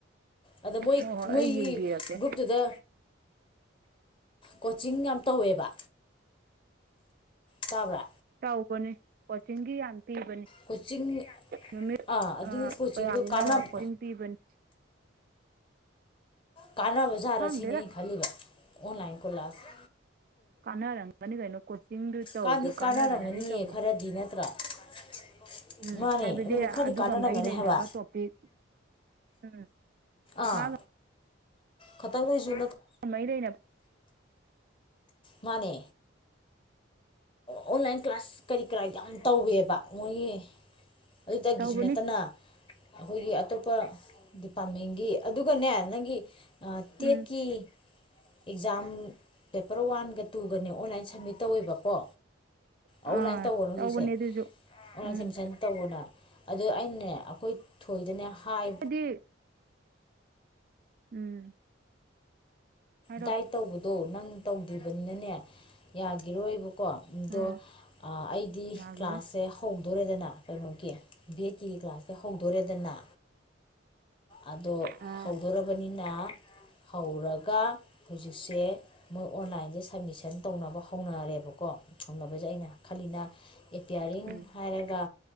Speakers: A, on the left; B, on the right.
A: ꯑꯗ ꯃꯣꯏ
B: ꯍꯣꯏ ꯍꯣꯏ
A: ꯃꯣꯏꯒꯤ
B: ꯑꯩ ꯌꯦꯡꯕꯤꯔꯛꯀꯦ
A: ꯒ꯭ꯔꯨꯞꯇꯨꯗ ꯀꯣꯆꯤꯡ ꯌꯥꯝ ꯇꯧꯋꯦꯕ ꯆꯥꯕ꯭ꯔꯥ
B: ꯇꯧꯕꯅꯤ ꯀꯣꯆꯤꯡꯒꯤ ꯌꯥꯝ ꯄꯤꯕꯅꯤ
A: ꯀꯣꯆꯤꯡ
B: ꯅꯨꯃꯤꯠ
A: ꯑꯥ ꯑꯗꯨꯒꯤ ꯀꯣꯆꯤꯡꯗꯨ
B: ꯀꯌꯥꯅꯣ
A: ꯀꯥꯟꯅꯕ
B: ꯀ ꯄꯤꯕꯅꯤ
A: ꯀꯥꯟꯅꯕ ꯖꯥꯔ
B: ꯈꯪꯗꯦꯗ
A: ꯑꯁꯤꯅꯦ ꯑ ꯈꯜꯂꯤꯕ ꯑꯣꯟꯂꯥꯏꯟ ꯀꯣꯂꯥꯁ
B: ꯀꯥꯟꯅꯔꯝꯒꯅꯤ ꯀꯩꯅꯣ ꯀꯣꯆꯤꯡꯗꯨ ꯇꯧꯋꯤꯗꯨ
A: ꯀꯥꯟꯗꯤ
B: ꯀꯥꯟꯅꯗꯅꯗꯤ
A: ꯀꯥꯟꯅꯔꯝꯒꯅꯤꯌꯦ
B: ꯇꯧꯏꯤꯅꯦ
A: ꯈꯔꯗꯤ <unintelligible> <inaudible>
B: ꯎꯝ
A: ꯃꯥꯅꯦ
B: ꯍꯥꯏꯕꯗꯤ
A: ꯑꯗꯨꯅꯤ ꯈꯔꯗꯤ
B: ꯑꯗꯨꯒ
A: ꯀꯥꯟꯅꯔꯝꯒꯅꯤ
B: ꯃꯔꯤ ꯂꯩꯅꯕ
A: ꯍꯥꯏꯕ
B: ꯇꯣꯄꯤꯛ ꯎꯝ
A: ꯑꯥ
B: ꯃꯥꯒ
A: ꯈꯇꯪ ꯂꯩꯁꯨ
B: ꯃꯥꯏꯗꯏꯅꯦ <inaudible>
A: ꯃꯥꯅꯦ ꯑꯣꯟꯂꯥꯏꯟ ꯀ꯭ꯂꯥꯁ ꯀꯔꯤ ꯀꯔꯥ ꯌꯥꯝ ꯇꯧꯋꯦꯕ ꯃꯣꯏꯒꯤ ꯑꯗꯨꯗꯒꯤꯁꯨ
B: ꯇꯧꯕꯅꯤ
A: ꯅꯠꯇꯅ ꯑꯩꯈꯣꯏꯒꯤ ꯑꯇꯣꯞꯄ ꯗꯤꯄꯥꯔꯠꯃꯦꯟꯒꯤ ꯑꯗꯨꯒꯅꯦ ꯅꯪꯒꯤ ꯇꯦꯠꯀꯤ
B: ꯎꯝ
A: ꯑꯦꯛꯖꯥꯝ ꯄꯦꯄꯔ ꯋꯥꯟꯒ ꯇꯨꯒꯅꯦ ꯑꯣꯟꯂꯥꯏꯟ ꯁꯕꯃꯤꯠ ꯇꯧꯋꯦꯕꯀꯣ
B: ꯑꯥ
A: ꯑꯣꯟꯂꯥꯏꯟ ꯇꯧꯕꯅ ꯍꯧꯖꯤꯛꯁꯦ
B: ꯇꯧꯕꯅꯦ ꯑꯗꯨꯁꯨ
A: ꯑꯣꯟꯂꯥꯏꯟ
B: ꯎꯝ
A: ꯁꯦꯝꯁꯟ ꯇꯧꯕꯅ ꯑꯗꯨ ꯑꯩꯅꯅꯦ ꯑꯩꯈꯣꯏ ꯊꯣꯏꯗꯅꯦ ꯍꯥꯏ
B: ꯑꯗ ꯎꯝ ꯍꯥꯏꯔꯣ
A: ꯗꯥꯏꯠ ꯇꯧꯕꯗꯣ ꯅꯪ ꯇꯧꯗ꯭ꯔꯤꯕꯅꯤꯅꯅꯦ ꯌꯥꯒꯤꯔꯣꯏꯕ ꯀꯣ ꯑꯗꯣ
B: ꯎꯝ
A: ꯑꯩꯗꯤ
B: ꯌꯥꯒꯤꯔꯣꯏ
A: ꯀ꯭ꯂꯥꯁꯁꯦ ꯍꯧ ꯍꯧꯗꯣꯔꯦꯗꯅ ꯀꯩꯅꯣꯒꯤ ꯕꯤ ꯑꯦꯠꯀꯤ ꯀ꯭ꯂꯥꯁꯇ ꯍꯧꯗꯣꯔꯦꯗꯅ ꯑꯗꯣ
B: ꯑꯥ
A: ꯍꯧꯗꯣꯔꯔꯕꯅꯤꯅ ꯍꯧꯔꯒ ꯍꯧꯖꯤꯛꯁꯦ ꯃꯣꯏ ꯑꯣꯟꯂꯥꯏꯟꯁꯦ ꯁꯕꯃꯤꯁꯟ ꯇꯧꯅꯕ ꯍꯧꯅꯔꯦꯕꯀꯣ ꯍꯧꯅꯕꯁꯦ ꯑꯩꯅ ꯈꯜꯂꯤꯅ ꯑꯦꯄꯤꯌꯥꯔꯤꯡ
B: ꯎꯝ
A: ꯍꯥꯏꯔꯒ